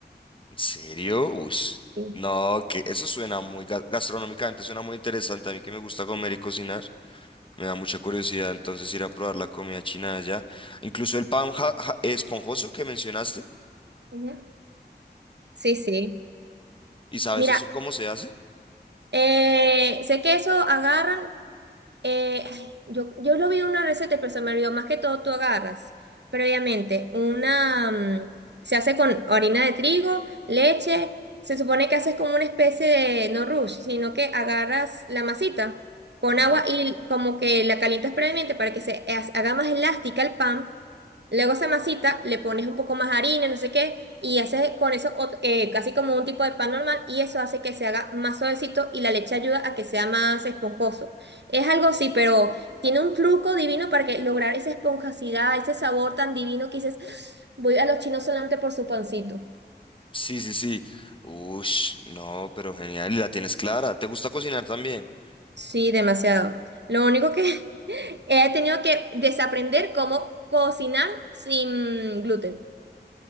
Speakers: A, on the left; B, on the right.
A: ¿En serio? Uy.
B: Sí,
A: No, que eso suena muy ga- gastronómicamente, suena muy interesante. A mí que me gusta comer y cocinar, me da mucha curiosidad entonces ir a probar la comida china de allá. Incluso el pan ja- ja- esponjoso que mencionaste.
B: Ujú. sí. sí.
A: ¿Y sabes
B: Mira,
A: eso cómo se hace?
B: eh, sé que eso agarran. eh, ay, yo, yo lo vi en una receta, pero se me olvidó. Más que todo, tú agarras previamente una. mm, se hace con harina de trigo, leche. Se supone que haces como una especie de no rush, sino que agarras la masita con
A: Ajá.
B: agua y como que la calientas previamente para que se ha- haga más elástica el pan. Luego esa masita le pones un poco más harina, no sé qué, y haces con eso ot- eh, casi como un tipo de pan normal y eso hace que se haga más suavecito y la leche ayuda a que sea más esponjoso. Es algo así, pero tiene un truco divino para que lograr esa esponjosidad, ese sabor tan divino que dices, "Ah, voy a los chinos solamente por su pancito.
A: Sí, sí, sí. Ush, no, pero genial. Y la tienes clara. ¿Te gusta cocinar también?
B: Sí, demasiado. Lo único que <laughs> he tenido que desaprender cómo cocinar sin gluten.